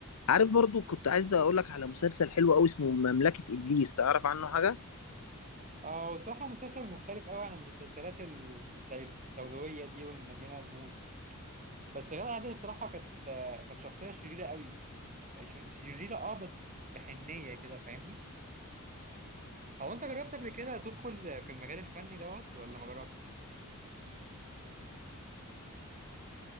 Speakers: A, on the left; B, on the right.
A: عارف برضو كنت عايز أقولك على مسلسل حلو أوي اسمه مملكة إبليس تعرف عنه حاجة؟
B: اه وصراحة مسلسل مختلف قوي عن المسلسلات ال- السي- السوداوية دي والمليانة رموز بس غادة عادل الصراحة كانت آه، كانت شخصية شريرة قوي ش- شريرة اه بس بحنية كده فاهمني هو انت جربت قبل كده تدخل في المجال الفني دوت ولا ما جربتش